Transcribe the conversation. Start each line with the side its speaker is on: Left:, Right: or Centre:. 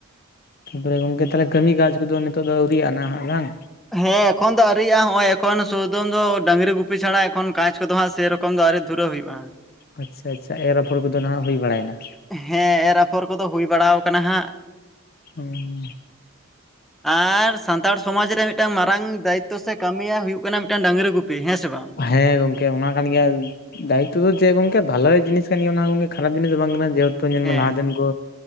Left: ᱛᱟᱯᱚᱨᱮ ᱜᱚᱝᱠᱮ ᱛᱟᱦᱚᱞᱮ ᱠᱟᱹᱢᱤ ᱠᱟᱡᱽ ᱠᱚᱼᱫᱚ ᱱᱤᱛᱚᱜ ᱫᱚ ᱟᱹᱣᱨᱤᱜᱼᱟ, ᱱᱟᱦᱟᱜ ᱵᱟᱝ?
Centre: ᱦᱮᱸ ᱮᱠᱷᱚᱱ ᱫᱚ ᱟᱹᱣᱨᱤᱭᱟᱜᱼᱟ ᱾ ᱦᱚᱸᱜ ᱚᱭ ᱮᱠᱷᱚᱱ ᱥᱳᱣᱫᱚᱢ ᱫᱚ ᱰᱟᱹᱜᱽᱨᱤ ᱜᱩᱯᱤ ᱪᱷᱟᱲᱟ᱾ ᱮᱠᱷᱚᱱ ᱠᱟᱡ ᱠᱚᱼᱫᱚ ᱦᱟᱸᱜ ᱥᱮᱨᱚᱠᱚᱢ ᱠᱚᱢ ᱫᱚ ᱟᱹᱣᱨᱤ ᱫᱷᱽᱩᱨᱟᱹᱣ ᱦᱩᱭᱩᱜᱼᱟ᱾
Left: ᱟᱪᱪᱷᱟ, ᱟᱪᱪᱷᱟ ᱮᱨ ᱟᱯᱷᱚᱨ ᱠᱚᱼᱫᱚ ᱱᱟᱜᱷ ᱦᱩᱭ ᱵᱟᱲᱟᱭᱮᱱᱟ᱾
Centre: ᱦᱮᱸ ᱮᱨ ᱟᱯᱷᱚᱨ ᱠᱚᱼᱫᱚ ᱦᱩᱭ ᱵᱟᱲᱟᱣ ᱟᱠᱟᱱᱟ ᱦᱟᱸᱜ᱾
Left: ᱚ ᱦᱚᱸ᱾
Centre: ᱟᱨ ᱥᱟᱱ ᱥᱟᱱᱛᱟᱲ ᱥᱚᱢᱟᱡᱽ ᱨᱮ ᱢᱤᱫᱴᱟᱝ ᱢᱟᱨᱟᱝ ᱫᱟᱭᱤᱛᱛᱚ ᱥᱮ ᱠᱟᱹᱢᱤᱭᱟᱹ ᱦᱩᱭᱩᱜ ᱠᱟᱱᱟ ᱢᱤᱫᱴᱟᱝ ᱰᱟᱝᱨᱤ ᱜᱩᱯᱤ ᱦᱮᱸ ᱥᱮ ᱵᱟᱝ?
Left: ᱚᱸ ᱦᱮᱸ ᱜᱚᱝᱠᱮ ᱾ ᱜᱚᱢᱠᱮ ᱚᱱᱟ ᱠᱟᱱ ᱜᱮᱭᱟ ᱫᱟᱭᱤᱛᱛᱚ ᱫᱚ ᱡᱮ ᱜᱚᱝᱠᱮ ᱵᱷᱟᱞᱮ ᱡᱤᱱᱤᱥ ᱠᱟᱱ ᱜᱮᱭᱟ ᱚᱱᱟ ᱜᱚᱢᱠᱮ ᱠᱷᱟᱨᱟᱯ ᱡᱤᱱᱤᱥ ᱫᱚ ᱵᱟᱝ ᱠᱟᱱᱟ ᱡᱮᱦᱮᱛᱩ᱾ ᱛᱚ ᱧᱮᱞ
Centre: ᱦᱮᱸ
Left: ᱢᱮ ᱞᱟᱦᱟ ᱫᱮᱱ ᱠᱚ